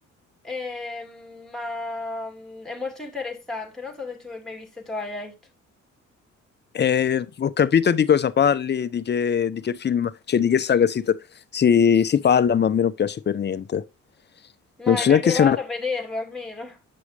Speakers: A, in the centre; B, on the left.
A: ehm, ma mh, è molto interessante. Non so se tu hai mai visto Twilight,
B: Eh, ho capito di cosa parli, di che, di che film, cioè di che saga si, si- si parla, ma a me non piace per niente.
A: ma
B: Non
A: hai
B: so
A: mai
B: neanche
A: provato
B: se è una...
A: a vederlo almeno?